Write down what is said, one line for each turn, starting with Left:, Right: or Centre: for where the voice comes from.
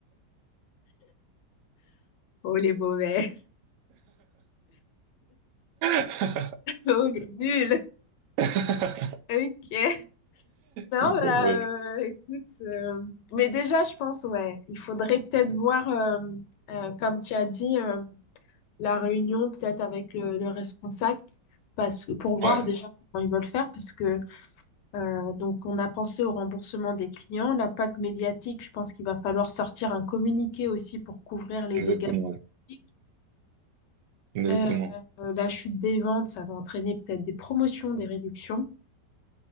Left: Oh les mauvais,
Right: <laughs> Tout
Left: <laughs> oh les nuls.
Right: à
Left: Ok. Non,
Right: fait.
Left: bah, euh,
Right: <laughs>
Left: écoute, euh, mais déjà, je pense, ouais, il faudrait peut-être voir, euh, euh, comme tu as dit, euh, la réunion peut-être avec le, le responsable, parce que pour voir
Right: Ouais, Ouais,
Left: déjà comment ils veulent faire, parce que euh, donc on a pensé au remboursement des clients, l'impact médiatique, je pense qu'il va falloir sortir un communiqué aussi pour couvrir les
Right: exactement.
Left: dégâts.
Right: ouais.
Left: médiatiques.
Right: Exactement.
Left: Euh, euh, la chute des ventes, ça va entraîner peut-être des promotions, des réductions.